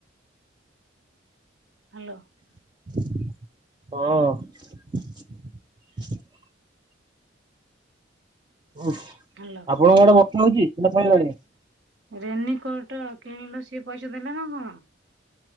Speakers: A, on the right (about 65°); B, on the right (about 25°).
A: ହାଲୋ।
B: ହଁ। <unintelligible>
A: ହାଲୋ
B: ଆପଣଙ୍କ ଆଡେ ବର୍ଷା ହଉଚି ନା ଛାଡଲାଣିଣି?
A: ରେନିକୋଟ କିଣିଲ ସିଏ ପଇସା ଦେଲା ନା କଣ?